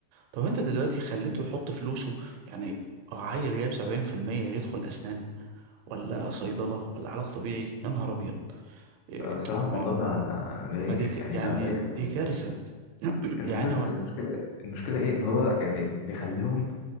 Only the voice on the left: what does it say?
بقى بصراحة الموضوع
بقى بايخ
يعني
بقى بايخ
قوي
انت
عارف
المشكلة المشكلة ايه ان هو يعني بيخليهم